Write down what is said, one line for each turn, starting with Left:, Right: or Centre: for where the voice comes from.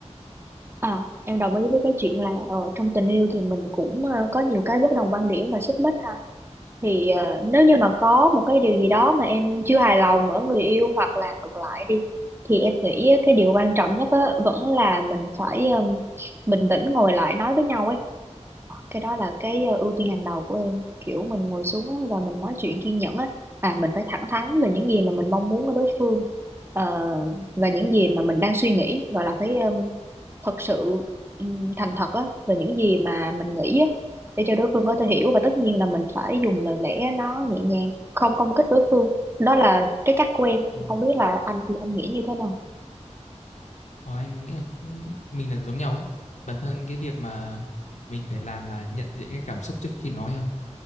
Right: À, em đồng ý với cái chuyện là ờ, trong tình yêu thì mình cũng ờ, có nhiều cái bất đồng quan điểm và xích mích ha. Thì ờ, nếu như mà có một cái điều gì đó mà em chưa hài lòng ở người yêu hoặc là ngược lại đi thì em nghĩ cái điều quan trọng nhất á, vẫn là mình phải ừm, bình tĩnh ngồi lại nói với nhau ấy. Ờ, Cái đó là cái ờ, ưu tiên hàng đầu của em. Kiểu mình ngồi xuống á và mình nói chuyện kiên nhẫn á. À, mình phải thẳng thắn về những gì mà mình mong muốn ở đối phương. Ờ, và những gì mà mình đang suy nghĩ gọi là phải ờ, thật sự ừm, thành thật á về những gì mà mình nghĩ á để cho đối phương có thể hiểu và tất nhiên là mình phải dùng lời lẽ nó nhẹ nhàng không công kích đối phương đó là cái cách của em
Left: Ừ.
Right: không biết là anh thì anh nghĩ như thế nào
Left: Ờ, anh nghĩ là cũng mình là giống nhau ấy. Bản thân cái việc mà mình phải làm là nhận diện cái cảm xúc trước khi nói à.